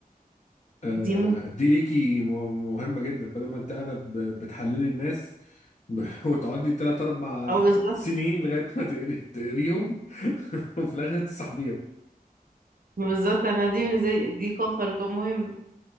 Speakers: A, on the left; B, on the right.
A: آه،
B: دي مهمه
A: دي ليكي م- مهمة جدا بدل ما انت قاعدة ب- بتحللي الناس ب- <laughs> وتقعدي تلات أربع
B: او بالظبط
A: سنين لغاية ما تقري- تقريهم <laughs> وفي الآخر تصاحبيهم
B: ما بالظبط انا دي بالنسبه لي دي قوه خارقه مهمه